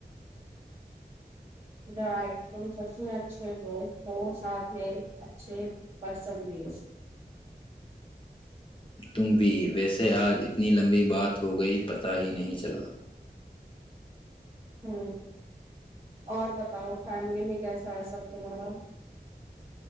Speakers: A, on the right; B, on the left.
A: رائٹ تم سب سے اچھے دوست ہو ساتھ میں ایک اچھے پرسن بھی اس
B: تم بھی ویسے آج اتنی لمبی بات ہو گئی پت ہی نہیں چلا
A: ہ اور بتاؤ فیملی میں کیسا ہے سب تمہارا